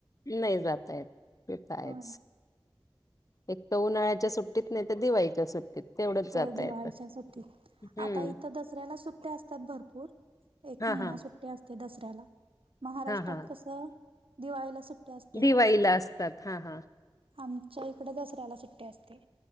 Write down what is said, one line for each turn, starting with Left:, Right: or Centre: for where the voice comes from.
Left: नाही जाता येत, ते तर आहेच.
Right: होय
Left: एक तर उन्हाळ्याच्या सुट्टीत नाही तर दिवाळीच्या सुट्टीत. तेवढंच
Right: होय
Left: जाता
Right: दिवाळीच्या
Left: येतं
Right: सुट्टीत,
Left: हम्म.
Right: आता इथं दसऱ्याला सुट्ट्या असतात भरपूर. एक
Left: हा
Right: महिना
Left: हा
Right: सुट्टी असते दसऱ्याला, महाराष्ट्रात
Left: हा हा
Right: कसं दिवाळीला सुट्टी असते.
Left: दिवाळीला असतात हा हा
Right: आमच्या इकडे दसऱ्याला सुट्टी असते.